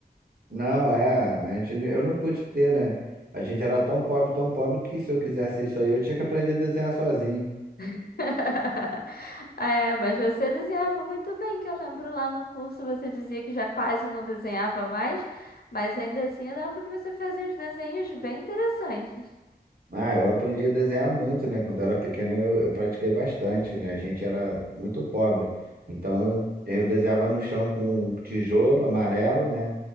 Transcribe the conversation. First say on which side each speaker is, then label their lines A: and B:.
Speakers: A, on the right; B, on the left.
A: Não, é, a gente, não- eu não pude ter, né? A gente era tão pobre, tão pobre, que se eu quisesse isso aí, eu tinha que aprender a desenhar sozinho.
B: <laughs> É, mas você desenhava muito bem, que eu lembro lá no curso você dizia que já quase não desenhava mais, mas ainda assim eu lembro que você fazia uns desenhos bem interessantes.
A: Ah, eu aprendi a desenhar muito, né? Quando eu era pequeno, eu, eu pratiquei bastante, né? A gente era muito pobre. Então, eu, eu desenhava no chão com um tijolo amarelo, né?